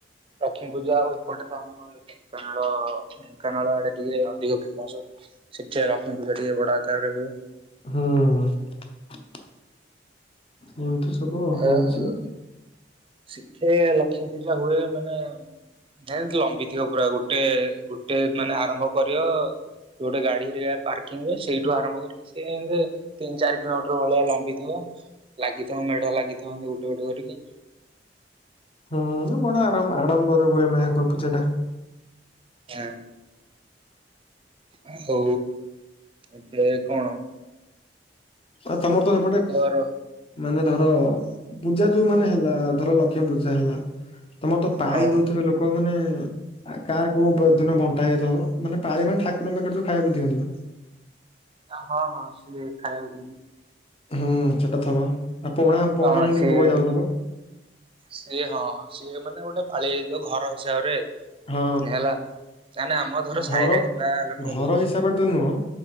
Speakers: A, on the right; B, on the left.
A: ଲକ୍ଷ୍ମୀ ପୂଜା ଆଉ ଏପଟେ ତ ଆମର ଢେଙ୍କାନାଳ ଢେଙ୍କାନାଳ ଆଡେ ଟିକେ ଅଧିକ ଫେମସ ଶିକ୍ଷା ଲଲାକଙ୍କ ଜରିଏ ବଡ଼ା କରରେ ହୁଏ
B: ହଁ ଏମିତି ସବୁ
A: ହଁ
B: ହଉଛି ଆଉ।
A: ସେଠେ ଲକ୍ଷ୍ମୀ ପୂଜା ହୁଏ ମାନେ ଯେ ଲମ୍ବିଥିବ ପୁରା ଗୋଟେ ଗୋଟେ ମାନେ ଆରମ୍ଭ କର ଗୋଟେ ଗାଡିରେ ପାର୍କିଂ ରେ ସେଇଠୁ ଆରମ୍ଭ କରିକ ସେ ତିନି ଚାରି କିଲୋମିଟର ଭଳିଆ ଲମ୍ବିଥିବ ଲାଗିଥିବ ମେଢ ଲାଗିଥିବ ଗୋଟେ ଗୋଟେ କରିକି
B: ହୁଁ ବଡ ଆରମ୍ ଆରମ୍ବର ହୁଏ ମାଙ୍କ ପୂଜା ଟା
A: ହଁ ଆଉ ଏବେ କଣ
B: ଆ ତମର ତ ସେପଟେ
A: ଏବେ ର
B: ମାନେ ଧର ପୂଜା ଯୋଉ ମାନେ ହେଲା ଧର ଲକ୍ଷ୍ମୀ ପୂଜା ହେଲା ତମର ତ ପାଳି
A: ହଁ
B: ଦଉଥିବେ ଲୋକ ମାନେ କାହା କୋଉ ଦିନ ବଣ୍ଟା ହେଇଥିବ ମାନେ ପାଳି ମଣି ଠାକୁରଙ୍କ ପାଖରେ ଯୋଉ ଖବାକୁ ଦିଅନ୍ତି ବା
A: ହଁ ହଁ ସିଏ ଖାଇବାକୁ
B: ହୁଁ ସେଟା ଥବ ଆଉ ପଣା ପୋଣା
A: ହଁ
B: ହେ
A: ସିଏ
B: ବି ଭୋଗ ଯାଉଥିବ
A: ସିଏ ହଁ ସିଏ ମାନେ ଗୋଟେ ପାଳିଆ ଘର ହିସାବରେ
B: ହଁ
A: ହେଲା ମାନେ ଆମ ଧର
B: ଘର
A: ସାହିରେ ହେଲା ଲକ୍ଷ୍ମୀ
B: ଘର
A: ପୂଜା
B: ହିସାବରେ ତ ନୁହଁ